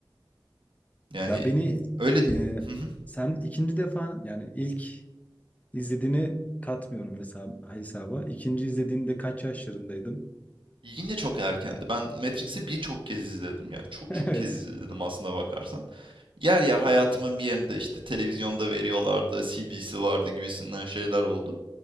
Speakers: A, on the right; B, on the left.
A: Yani
B: Ya beni
A: öyle
B: e,
A: Hı hı.
B: sen ikinci defa yani ilk izlediğini katmıyorum hesaba, hesaba. İkinci izlediğinde kaç yaşlarındaydın?
A: Yine çok erkendi. Ben Matrix'i birçok kez izledim ya.
B: <laughs>
A: Çok çok
B: Evet.
A: kez izledim aslında bakarsan. Yer yer hayatımın bir yerinde işte televizyonda veriyorlardı, CD'si vardı gibisinden şeyler oldu.